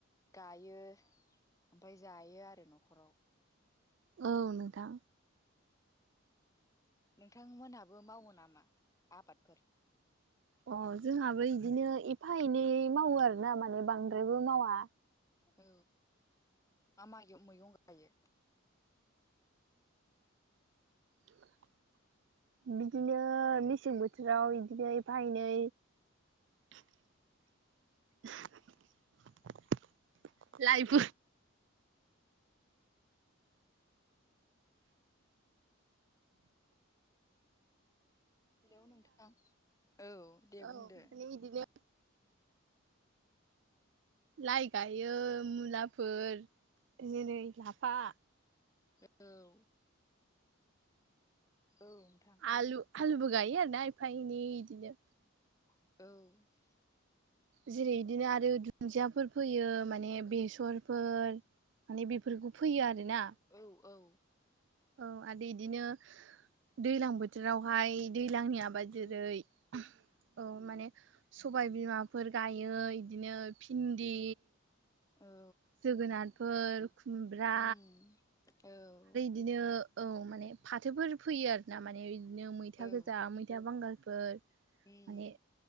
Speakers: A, on the left; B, on the right.
A: गायो ओमफ्राय जायो आरो न'खराव
B: औ नोंथां
A: नोंथांमोनहाबो मावो नामा आबादफोर
B: अ जोंहाबो इदिनो एफा एनै मावो आरोना माने बांद्रायबो मावा
A: औ मा मा मैगं गायो
B: <inaudible> बिदिनो मेसें बोथोराव बिदिनो एफा एनै <inaudible> लाइफ
A: हेलौ नोंथां औ दे
B: औ
A: बुंदो
B: माने बिदिनो लाइ गायो मुलाफोर जेरै लाफा
A: औ औ नोंथां
B: आलु आलुबो गायो आरोना एफा एनै इदिनो
A: औ
B: जेरै इदिनो आरो दुन्दियाफोर फैयो माने बेसरफोर माने बेफोरखौ फैयो आरोना
A: औ औ
B: औ आरो इदिनो दैज्लां बोथोरावहाय दैज्लांनि आबाद
A: औ
B: जेरै औ माने सबाय बिमाफोर गायो बिदिनो भिन्दि
A: औ
B: जोगोनारफोर खुमब्रा
A: उम औ
B: बिदिनो औ माने फाथोफोर फैयो आरोना माने बिदिनो मैथा
A: औ
B: गोजा मै था बांगालफोर माने
A: उम